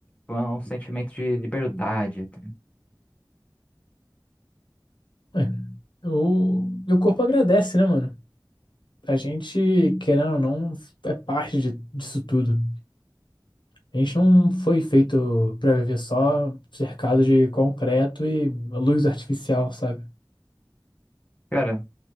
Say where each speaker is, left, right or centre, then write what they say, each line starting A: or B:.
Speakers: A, on the left (about 15°); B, on the left (about 75°).
A: Foi um sentimento de liberdade, tá ligado?
B: É. O meu corpo agradece, né, mano? A gente, querendo ou não, é parte de- disso tudo. A gente não foi feito pra viver só cercado de concreto e luz artificial, sabe?
A: Cara,